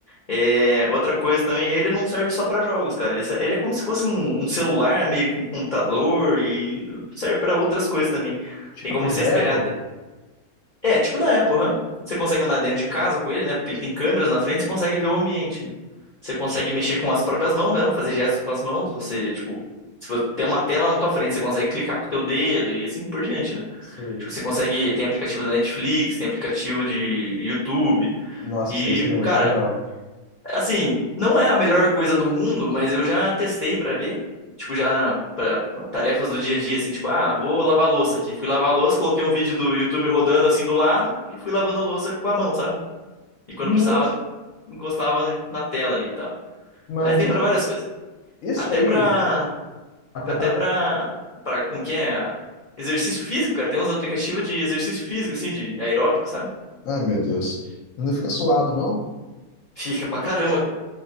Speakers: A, on the left; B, on the left.
A: É, outra coisa também, ele não serve só pra jogos, cara. Ele, se- ele é como se fosse um, um celular, meio que um computador, e serve pra outras coisas também.
B: Tipo
A: Tem como
B: aquele
A: você
B: da
A: espelhar.
B: Apple?
A: É, tipo da Apple, hã? Você consegue andar dentro de casa com ele, né? Porque ele tem câmeras na frente, você consegue ver o ambiente, né? Você consegue mexer com as próprias mãos mesmo, fazer gestos com as mãos. Você, tipo, se você tem uma tela na tua frente, você consegue clicar com o teu dedo e assim por diante, né?
B: Sei.
A: Tipo, você consegue. Tem aplicativo da Netflix, tem aplicativo de YouTube.
B: Nossa,
A: E,
B: isso aí seria muito
A: cara.
B: legal.
A: Assim, não é a melhor coisa do mundo, mas eu já testei pra ver. Tipo, já para tarefas do dia a dia, assim, tipo, ah, vou lavar a louça aqui. Fui lavar a louça, coloquei um vídeo do YouTube rodando assim do lado e fui lavando a louça com a mão, sabe? E quando
B: Nossa,
A: precisava, encostava na tela ali e tal.
B: mas
A: Mas tem
B: isso,
A: pra várias coisas.
B: isso
A: Até
B: aí,
A: pra
B: até
A: até
B: pra.
A: pra para como que é? Exercício físico, cara. Tem uns aplicativos de exercício físico assim de aeróbico, sabe?
B: Ai, meu Deus. Não fica suado, não?
A: Fica pra caramba,